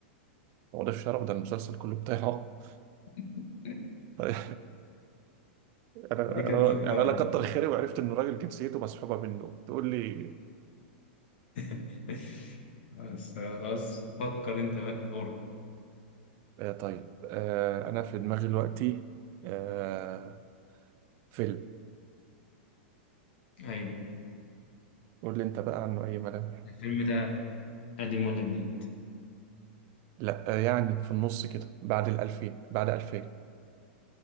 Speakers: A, on the right; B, on the left.
A: هو ده في شرف ده المسلسل كله بتاعه
B: <laughs>
A: <laughs> طيب، انا
B: دي
A: أنا-
B: كانت ظابطة
A: يعني انا كتر خيري وعرفت ان الراجل جنسيته مسحوبه منه تقول لي
B: <laughs> بس خلاص فكر انت بقى دورك
A: آه طيب آه انا في دماغي دلوقتي آه فيلم
B: ايوه
A: قول لي انت بقى عنه اي ملامح
B: الفيلم ده قديم ولا جديد
A: لا آه يعني في النص كده بعد الألفين بعد 2000